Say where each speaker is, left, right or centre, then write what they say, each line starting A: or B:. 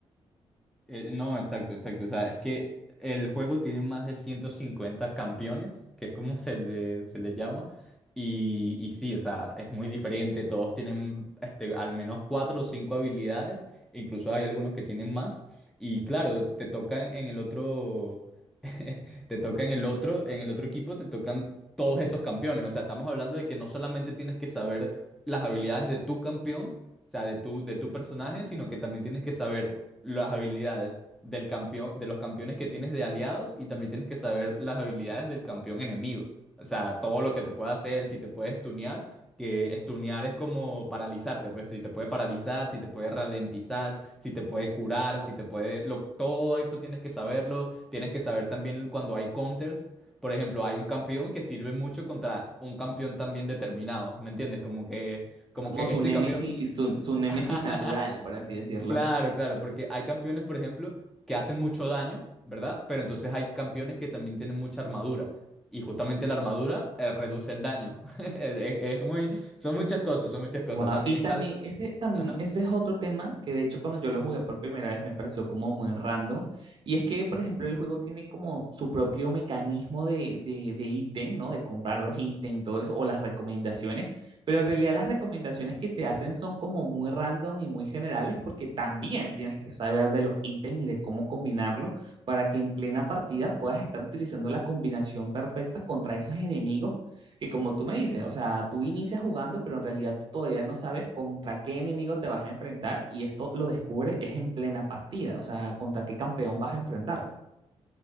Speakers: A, in the centre; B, on the right.
A: Eh, no, exacto, exacto. O sea, es que el juego tiene más de 150 campeones, que es como <laughs> se le, se le llama. Y, y sí, o sea, es muy diferente. Todos tienen este, al menos cuatro o cinco habilidades. Incluso hay algunos que tienen más. Y claro, te tocan en el otro. <laughs> Te toca en el otro, en el otro equipo, te tocan todos esos campeones. O sea, estamos hablando de que no solamente tienes que saber las habilidades de tu campeón, o sea, de tu, de tu personaje, sino que también tienes que saber las habilidades del campeón, de los campeones que tienes de aliados y también tienes que saber las habilidades del campeón enemigo. O sea, todo lo que te puede hacer, si te puede stunear, que stunear es como paralizarte, pues si te puede paralizar, si te puede ralentizar, si te puede curar, si te puede... lo- todo eso tienes que saberlo. Tienes que saber también cuando hay counters. Por ejemplo, hay un campeón que sirve mucho contra un campeón también determinado, ¿me entiendes? Como que, como
B: Es como
A: que
B: su
A: este
B: némesis,
A: campeón...
B: su, su némesis
A: <laughs>
B: natural, por así decirlo.
A: Claro, claro, porque hay campeones, por ejemplo, que hacen mucho daño, ¿verdad? Pero entonces hay campeones que también tienen mucha armadura. Y justamente la armadura eh, reduce el daño. <laughs> Es, es muy, son muchas cosas, son muchas cosas.
B: Guau,
A: También
B: Y también
A: está el-
B: ese, también
A: Ajá.
B: ese es otro tema que de hecho cuando yo lo jugué por primera vez me pareció como muy random. Y es que, por ejemplo, el juego tiene como su propio mecanismo de, de, de ítem, ¿no? De comprar los ítems y todo eso, o las recomendaciones. Pero en realidad las recomendaciones que te hacen son como muy random y muy generales porque también tienes que saber de los ítems y de cómo combinarlos para que en plena partida puedas estar utilizando la combinación perfecta contra esos enemigos que como tú me dices, o sea, tú inicias jugando, pero en realidad tú todavía no sabes contra qué enemigo te vas a enfrentar y esto lo descubres es en plena partida, o sea, contra qué campeón vas a enfrentarte.